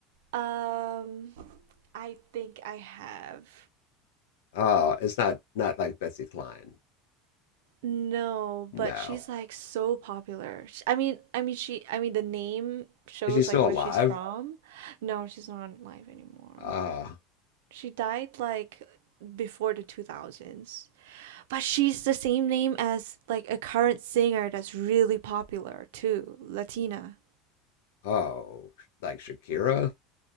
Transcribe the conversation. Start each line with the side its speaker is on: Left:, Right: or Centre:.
Right: Um, I think I have.
Left: Uh, it's not not like Betsy Klein.
Right: No,
Left: No,
Right: but she's like so popular. Sh- I mean, I mean she I mean the name shows
Left: Is she still
Right: like where
Left: alive?
Right: she's from. No, she's not alive anymore.
Left: Uh,
Right: She died like before the 2000s. But she's the same name as like a current singer that's really popular too, Latina.
Left: oh, like Shakira?